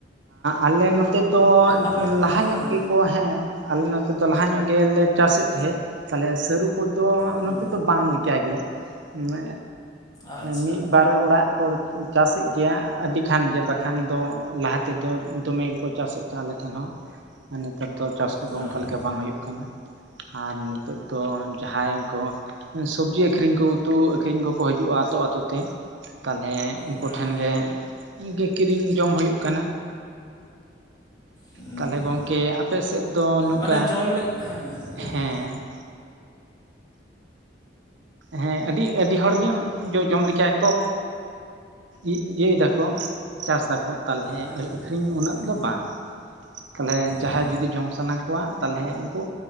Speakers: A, on the right; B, on the left.
A: ᱟᱞᱮ ᱱᱚᱛᱮ ᱫᱚ
B: ᱟᱯᱮ
A: ᱞᱟᱦᱟ ᱧᱚᱜ
B: ᱦᱮᱸ
A: ᱜᱮ ᱠᱚ ᱦᱮᱸ ᱟᱞᱮ ᱱᱚᱛᱮ ᱫᱚ ᱞᱟᱦᱟ ᱧᱚᱜ ᱜᱮᱞᱮ ᱪᱟᱥᱮᱫ ᱛᱟᱦᱮᱸᱫ ᱛᱟᱦᱚᱞᱮ ᱥᱟᱹᱨᱩ ᱠᱚ ᱫᱚ
B: ᱦᱮᱸ
A: ᱱᱚᱛᱮ ᱫᱚ ᱵᱟᱝ ᱞᱮᱠᱟ ᱜᱮ ᱢᱮ
B: ᱟᱪᱪᱷᱟ
A: ᱢᱤᱫᱵᱟᱨ ᱚᱲᱟᱜ ᱠᱚ ᱪᱟᱥᱮᱫ ᱜᱮᱭᱟ ᱟᱹᱰᱤ ᱠᱷᱟᱱ ᱜᱮ ᱵᱟᱠᱷᱟᱱ ᱫᱚ ᱞᱟᱦᱟ ᱛᱮᱫᱚ ᱫᱚᱢᱮ ᱜᱮᱠᱚ ᱪᱟᱥᱮᱫ ᱛᱟᱦᱮᱸ ᱟᱞᱮ ᱴᱷᱮᱱ ᱦᱚᱸ ᱟᱨ ᱱᱮᱛᱟᱨ ᱫᱚ ᱪᱟᱥ ᱠᱚᱫᱚ
B: ᱦᱮᱸ
A: ᱚᱱᱠᱟ ᱞᱮᱠᱟ ᱵᱟᱝ ᱦᱩᱭᱩᱜ ᱠᱟᱱᱟ ᱾ ᱟᱨ ᱱᱤᱛᱚᱜ ᱫᱚ ᱡᱟᱦᱟᱸᱭ ᱩᱱᱠᱩ ᱥᱚᱵᱡᱤ ᱟᱹᱠᱷᱨᱤᱧ ᱠᱚ ᱩᱛᱩ ᱟᱹᱠᱷᱨᱤᱧ ᱠᱚᱠᱚ ᱦᱤᱡᱩᱜᱼᱟ ᱟᱹᱛᱳ ᱟᱹᱛᱳ ᱛᱮ ᱛᱟᱞᱦᱮ
B: ᱦᱮᱸ
A: ᱴᱷᱮᱱ ᱜᱮ ᱠᱤᱨᱤᱧ ᱡᱚᱢ ᱦᱩᱭᱩᱜ ᱠᱟᱱᱟ
B: ᱦᱮᱸ
A: ᱛᱟᱦᱚᱞᱮ ᱜᱚᱝᱠᱮ ᱟᱯᱮ ᱥᱮᱫ ᱫᱚ ᱱᱚᱝᱠᱟ
B: ᱢᱟᱱᱮ ᱡᱚᱢ ᱞᱟᱹᱜᱤᱫ ᱦᱮᱸ
A: ᱦᱮᱸ
B: ᱞᱟᱹᱭ ᱵᱤᱱ
A: ᱦᱮᱸ ᱟᱹᱰᱤ ᱟᱹᱰᱤ ᱦᱚᱲᱜᱮᱢ ᱡᱚ ᱡᱚᱢ ᱞᱮᱠᱟᱠᱚ ᱤ ᱤᱭᱟᱹᱭ ᱫᱟᱠᱚ ᱪᱟᱥ ᱮᱫᱟᱠᱚ ᱛᱟᱞᱦᱮ
B: ᱦᱮᱸ ᱦᱮᱸ
A: ᱟᱠᱷᱨᱤᱧ ᱩᱱᱟᱹᱜ ᱫᱚ ᱵᱟᱝ᱾ ᱛᱟᱞᱦᱮ ᱡᱟᱦᱟᱸᱭ
B: ᱦᱮᱸ
A: ᱡᱩᱫᱤ ᱡᱚᱢ ᱥᱟᱱᱟ ᱠᱚᱣᱟ ᱛᱟᱞᱦᱮ ᱩᱱᱠᱩ